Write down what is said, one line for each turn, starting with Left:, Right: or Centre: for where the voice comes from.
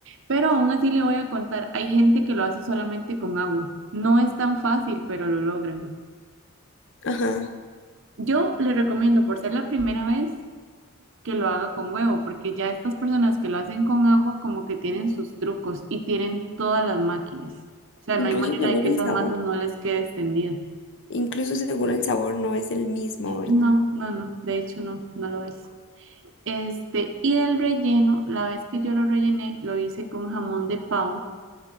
Right: Pero aún así le voy a contar, hay gente que lo hace solamente con agua. No es tan fácil, pero lo logran.
Left: Ajá.
Right: Yo le recomiendo, por ser la primera vez, que lo haga con huevo, porque ya estas personas que lo hacen con agua como que tienen sus trucos y tienen todas las máquinas. O sea,
Left: Incluso
Right: no hay manera
Left: seguro
Right: de que esas
Left: el sabor.
Right: masas no les quede extendida.
Left: Incluso seguro el sabor no es el mismo, ¿verdad?
Right: No, no, no, de hecho no, no lo es. Este, y el relleno, la vez que yo lo rellené, lo hice con jamón de pavo